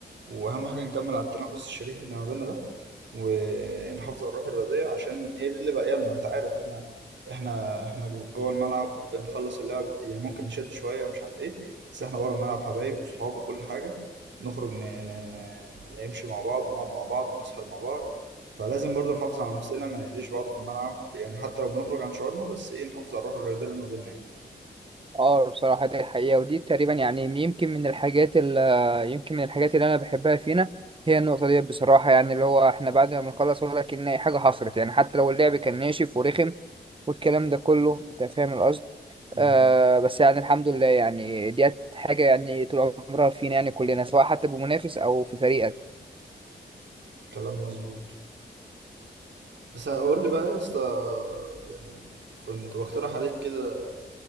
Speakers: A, on the right; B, on the right.
A: وأهم حاجة نكمل على التنافس الشريف اللي ما بيننا ده ونحافظ على الروح الرياضية عشان هي دي اللي باقية لنا انت عارف احنا احنا احنا جوه الملعب بنخلص اللعب يعني ممكن نشد شويه ومش عارف ايه بس احنا بره الملعب حبايب وصحاب وكل حاجه نخرج ن... ن... ن... نمشي مع بعض ونقعد مع بعض ونسهر مع بعض فلازم برضو نحافظ على نفسنا ما نأذيش بعض في الملعب يعني حتى لو بنخرج عن شعورنا بس ايه نحافظ على الروح الرياضيه اللي ما بيننا يعني
B: اه بصراحة دي حقيقة ودي تقريبا يعني يمكن من الحاجات اللي يمكن من الحاجات اللي أنا بحبها فينا هي النقطة دي بصراحة يعني اللي هو احنا بعد ما بنخلص ولا كأن أي حاجة حصلت يعني حتى لو اللعب كان ناشف ورخم والكلام ده كله أنت فاهم القصد
A: مم.
B: آه بس يعني الحمد لله يعني دي حاجة يعني طول عمرها فينا يعني كلنا سواء حتى بمنافس أو في فريقك
A: كلام مظبوط بس هقول لي بقى يا اسطى يعني كنت بقترح عليك كده